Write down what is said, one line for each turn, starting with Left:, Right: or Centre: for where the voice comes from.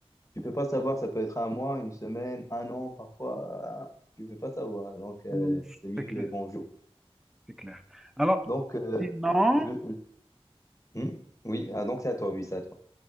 Left: Tu peux pas savoir, ça peut être un mois, une semaine, un an, parfois, euh, tu peux pas savoir. Donc, euh,
Centre: Mm,
Left: c'est mieux
Centre: c'est clair,
Left: les bonjours.
Centre: c'est clair. Alors,
Left: Donc, euh,
Centre: sinon,
Left: euh, je- je- hmm oui, ah, donc c'est à toi, oui, c'est à toi.